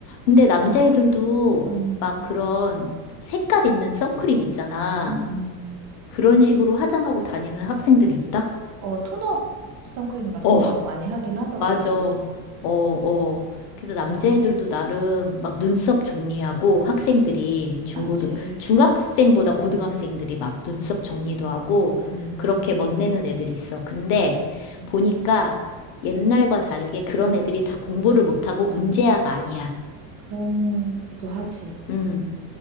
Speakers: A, on the left; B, on the right.
A: 근데 남자애들도
B: 아, 음,
A: 막 그런 색깔 있는 선크림 있잖아.
B: 음, 음.
A: 그런 식으로 화장하고 다니는 학생들 있다?
B: 어, 톤업 선크림 같은
A: 어,
B: 거 많이 하긴 하더라고.
A: 맞아. 어, 어. 그래서 남자애들도
B: 아,
A: 나름 막 눈썹 정리하고 학생들이
B: 많지.
A: 중고등, 중학생보다 고등학생들이 막 눈썹 정리도 하고
B: 음,
A: 그렇게 멋내는 애들이 있어. 근데
B: 음,
A: 보니까 옛날과 다르게 그런 애들이 다 공부를 못하고 문제아가 아니야.
B: 그런기도 하지.
A: 음.